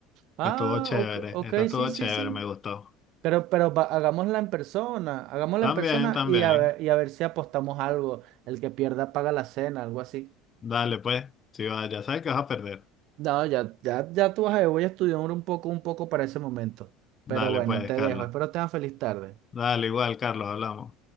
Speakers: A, on the right (about 55°); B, on the left (about 25°).
A: Ah,
B: Estuvo chévere,
A: ok, ok,
B: esta estuvo
A: sí, sí,
B: chévere,
A: sí.
B: me gustó.
A: Pero, pero va- hagámosla en persona, hagámosla
B: También,
A: en persona
B: también.
A: y a ver, y a ver si apostamos algo. El que pierda paga la cena, algo así.
B: Dale, pues. Si va, ya sabes que vas a perder.
A: No, ya, ya, ya tú vas a ver, voy a estudiar un poco, un poco para ese momento.
B: Dale,
A: Pero bueno,
B: pues,
A: te
B: Carlos.
A: dejo. Espero tengas feliz tarde.
B: Dale, igual, Carlos, hablamos.